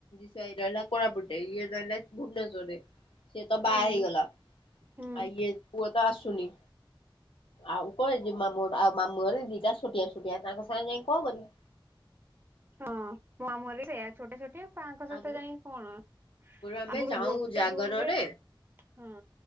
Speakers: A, on the left; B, on the right.
A: ସେଇ ରହିଲା କୋରାପୁଟେ ଇଏ ରହିଲା ଭୁବନେଶ୍ୱରରେ। ସିଏ ତ ବାହା
B: ହୁଁ
A: ହେଇଗଲା
B: ହୁଁ
A: ଆଉ ଇଏ ପୁଅ ତ ଆସୁନି। ଆଉ କଣ ଅଛି ମାମୁଁ ଆଉ ମାମୁଁ ଘରେ ଦିଟା ଛୋଟିଆ ଛୋଟିଆ ତାଙ୍କ ସାଙ୍ଗେ ଯାଇ କଣ କରିବୁ।
B: ହଁ ମାମୁଁ ଘର ବି ସେଇଆ ଛୋଟ ଛୋଟିଆ। ତାଙ୍କ ସହିତ
A: ଆଗରୁ
B: ଯାଇ କଣ
A: ଆମେ
B: ଆଗରୁ
A: ଯାଉ
B: ଗୋଟେ
A: ଜାଗରରେ
B: ରୁମ୍ ରେ ହଁ।